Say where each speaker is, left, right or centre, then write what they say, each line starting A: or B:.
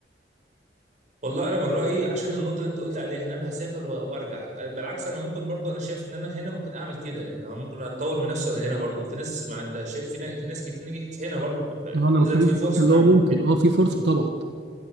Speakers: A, on the right; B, on the right.
A: والله انا من رايي عشان النقطه اللي انت قلت عليها ان انا هسافر و- وارجع بالعكس انا ممكن برضو انا شايف ان انا هنا ممكن اعمل كده يعني أنا ممكن اتطور من نفسي ولا هنا برضو في ناس ما انت شايف في, نا- في ناس كتير نجحت هنا برضو ف-
B: انا
A: اذا
B: بتكلم
A: في
B: في النقطه
A: فرصه
B: اللي
A: ان انا
B: هو
A: انجح
B: ممكن
A: هنا
B: اه في فرصه طبعا